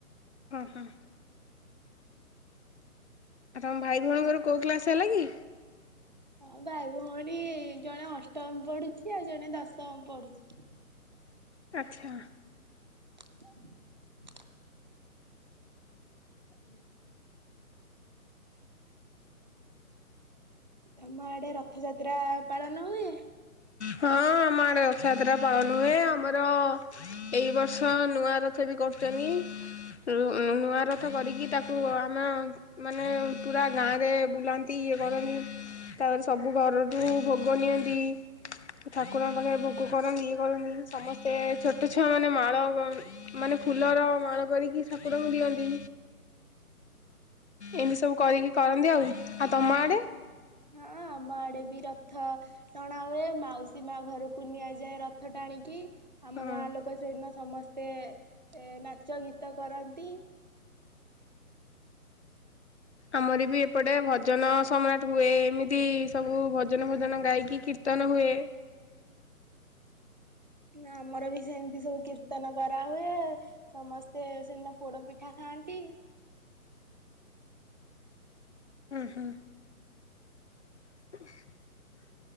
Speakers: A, on the left; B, on the right.
A: ଉଁ ହୁଁ ଆଉ ତମ ଭାଇ ଭଉଣୀଙ୍କର କୋଉ କ୍ଲାସ୍ ହେଲା କି?
B: ହଁ ଭାଇ ଭଉଣୀ ଜଣେ ଅଷ୍ଟମ ପଢୁଛି ଆଉ ଜଣେ ଦଶମ ପଢୁଛି।
A: ଆଚ୍ଛା
B: <inaudible> ହୁଁ। ତମ ଆଡେ ରଥଯାତ୍ରା ପାଳନ ହୁଏ?
A: ହଁ ଆମ ଆଡେ ରଥଯାତ୍ରା ପାଳନ ହୁଏ ଆମର ଏଇ ବର୍ଷ ନୂଆ ରଥ ବି କରୁଛନ୍ତି ନୂଆ ରଥ କରିକି ତାକୁ ଆମ ମାନେ ପୁରା ଗାଁରେ ବୁଲାନ୍ତି ଇଏ କରନ୍ତି ତାପରେ ସବୁ ଘରଠୁ ଭୋଗ ନିଅନ୍ତି। ଠାକୁରଙ୍କ ପାଖରେ ଭୋଗ କରନ୍ତି ଇଏ କରନ୍ତି ସମସ୍ତେ ଛୋଟ ଛୁଆ ମାନେ ମାଳ ମାନେ ଫୁଲର ମାଳ କରିକି ଠାକୁରଙ୍କୁ ଦିଅନ୍ତି। ଏମିତି ସବୁ କରିକି
B: ହଁ
A: କରନ୍ତି ଆଉ ଆଉ ତମ ଆଡେ?
B: ହଁ ଆମ ଆଡେ ବି ର ଥ ଟଣା ହୁଏ ମାଉସୀ ମା ଘରକୁ ନିଆଯାଏ ରଥ ଟାଣିକି। ଆମ
A: ହଁ
B: ଗାଁ ଲୋକ ସେଇଦିନ ସମସ୍ତେ ନାଚ ଗୀତ କରନ୍ତି।
A: ଆମର ବି ଏପଟେ ଭଜନ ସମ୍ରାଟ ହୁଏ ଏମିତି ସବୁ ଭଜନ ଭଜନ ଗାଇକି କି। କିରତନ ହୁଏ।
B: <inaudible> ନା। ଆମର ବି ସେମିତି ସବୁ କୀର୍ତ୍ତି କୀର୍ତ୍ତନ କରାହୁଏ ସମସ୍ତେ ସେଦିନ ପୋଡ ପିଠା ଖାଆନ୍ତି।
A: ହୁ ହୁଁ। <unintelligible>